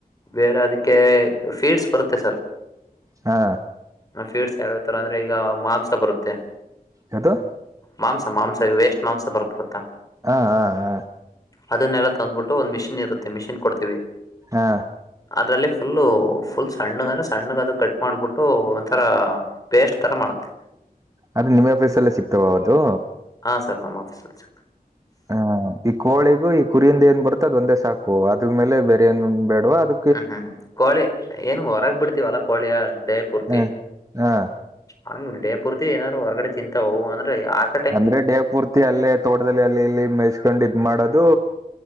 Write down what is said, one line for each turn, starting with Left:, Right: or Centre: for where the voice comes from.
Left: ಬೇರೆ ಅದಕ್ಕೆ ಪೀಡ್ಸ್ ಬರುತ್ತೆ ಸರ್.
Right: ಹಾ
Left: ಫೀಡ್ಸ್ ಯಾವ್ಯಾವ್ ತರ ಅಂದ್ರೆ ಈಗ ಮಾಂಸ ಬರುತ್ತೆ.
Right: ಯಾವದೊ
Left: ಮಾಂಸ ಮಾಂಸ ವೇಸ್ಟ್ ಮಾಂಸ ಬರುತ್ತ್ ಗೊತ್ತಾ.
Right: ಹಾ ಹಾ ಹಾ
Left: ಅದನ್ನೆಲ್ಲ ತಂದ್ಬಿಟ್ಟು ಒಂದು ಮಿಷಿನ್ ಇರುತ್ತೆ ಮಿಷಿನ್ ಕೊಡ್ತೀವಿ.
Right: ಹಾ
Left: ಅದ್ರಲ್ಲಿ ಪುಲ್ ಪುಲ್ ಸಣ್ಣ ಅಂದ್ರೆ ಸಣ್ಣಗ ಅದು ಕಟ್ ಮಾಡ್ಬಿಟ್ಟು ಒಂಥರಾ ಪೇಸ್ಟ್ ತರ ಮಾಡುತ್ತೆ.
Right: ಅದು ನಿಮ್ಮ ಅಫೀಸಲ್ಲೇ ಸಿಗ್ತಾವ ಅದು.
Left: ಹಾ ಸರ್ ನಮ್ಮ ಆಫೀಸ್ ಸಿಗು
Right: ಹ ಈ ಕೋಳಿಗೂ ಈ ಕುರಿಯಿಂದ ಏನ್ ಬರುತ್ತೋ ಅದು ಒಂದೇ ಸಾಕು ಅದ್ಮೇಲೆ ಬೇರೆ ಏನ್ ಬೇಡವಾ ಅದ್
Left: ಹ್ಮ್ ಹ್ಮ್ ಕೋಳಿ ಏನ್ ಹೊರಗ್ ಬಿಡ್ತಿವಲ್ಲಾ ಕೋಳಿಯ ಡೇ ಪೂರ್ತಿ.
Right: ಹ ಹಾ
Left: ಹಂಗ್ ಡೇ ಪೂರ್ತಿ ಏನಾರು ಹೊರಗಡೆ ತಿಂತಾವವು ಅಂದ್ರೆ ಯಾಕ್
Right: ಅಂದ್ರೆ ಡೇ ಪೂರ್ತಿ ಅಲ್ಲೇ ತೋಟದಲ್ಲಿ ಅಲ್ಲಿ ಇಲ್ಲಿ ಮೇಯಿಸ್ಕೊಂಡ್ ಇದ್ ಮಾಡೋದು